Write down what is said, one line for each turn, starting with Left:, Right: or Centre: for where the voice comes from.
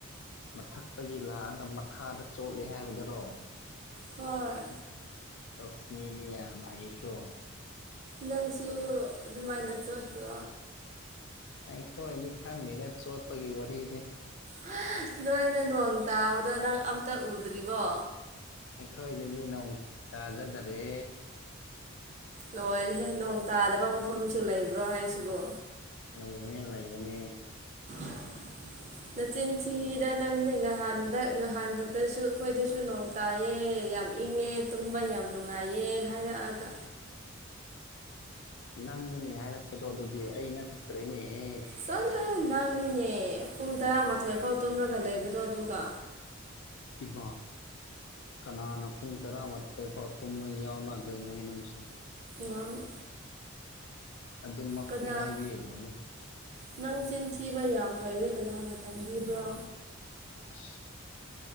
Left: ꯃꯊꯛꯇꯒꯤ ꯂꯥꯛꯑꯒ ꯃꯈꯥꯗ ꯆꯣꯠꯂꯦ ꯍꯥꯏꯕꯗꯨꯔꯣ
Right: ꯍꯣꯏ
Left: ꯑꯣꯁ ꯃꯤꯗꯤ ꯌꯥꯝ ꯍꯩꯀꯣ
Right: ꯅꯪꯁꯨ ꯑꯗꯨꯃꯥꯏꯅ ꯆꯣꯠꯄ꯭ꯔꯣ
Left: ꯑꯩꯈꯣꯏꯗꯤ ꯈꯪꯗꯦꯗ ꯆꯣꯠꯄꯒꯤ ꯋꯥꯔꯤꯗꯤ
Right: ꯍꯥ ꯅꯣꯏ ꯅꯣꯡ ꯇꯥꯕꯗꯣ ꯅꯪ ꯑꯝꯇ ꯎꯗ꯭ꯔꯤꯕꯣ
Left: ꯑꯩꯈꯣꯏꯗꯗꯤ ꯅꯣꯡ ꯇꯥꯖꯗꯔꯦ
Right: ꯂꯣꯏꯔꯦꯍꯦ ꯅꯣꯡ ꯇꯥꯗꯕ ꯃꯐꯝꯁꯨ ꯂꯩꯕ꯭ꯔꯣ ꯍꯥꯏꯁꯤꯕ
Left: ꯂꯩꯕꯅꯦ ꯂꯩꯕꯅꯦ
Right: <inaudible> ꯅꯆꯤꯟ ꯊꯤꯗ ꯅꯪꯁꯦ ꯉꯍꯥꯟꯗ ꯉꯍꯥꯟ ꯈꯛꯇꯁꯨ ꯑꯩꯈꯣꯏꯗꯁꯨ ꯅꯣꯡ ꯇꯥꯏꯌꯦ ꯌꯥꯝ ꯏꯪꯉꯦ ꯇꯨꯡꯕ ꯌꯥꯝ ꯅꯨꯡꯉꯥꯏꯌꯦ ꯍꯥꯏꯔꯛꯑꯒ
Left: ꯅꯪꯅꯤꯅꯦ ꯍꯥꯏꯔꯛꯄꯗꯣ ꯑꯗꯨꯗꯤ ꯑꯩ ꯅꯠꯇ꯭ꯔꯦꯅꯦꯍꯦ
Right: ꯆꯠꯂꯣꯍꯦ ꯅꯪꯅꯤꯅꯦ ꯄꯨꯡ ꯇꯔꯥꯃꯥꯊꯣꯏꯐꯥꯎ ꯇꯨꯝꯔꯒ ꯂꯩꯕꯗꯣ ꯑꯗꯨꯒ
Left: ꯏꯕꯥ ꯀꯅꯥꯅ ꯄꯨꯡ ꯇꯔꯥꯃꯥꯊꯣꯏ ꯄꯥꯎ ꯇꯨꯝꯕ ꯌꯥꯎꯅꯗꯣꯏꯅꯣꯍꯦ ꯅꯪꯁꯨ
Right: ꯅꯪ
Left: ꯑꯗꯨꯃꯛꯇꯤ
Right: ꯀꯅꯥ
Left: ꯍꯥꯏꯕꯤꯔꯨꯅꯨ
Right: ꯅꯪ ꯆꯤꯟ ꯊꯤꯕ ꯌꯥꯝ ꯍꯩꯔꯦ ꯀꯅꯥꯅ ꯇꯝꯕꯤꯕ꯭ꯔꯣ
Left: ꯑꯁ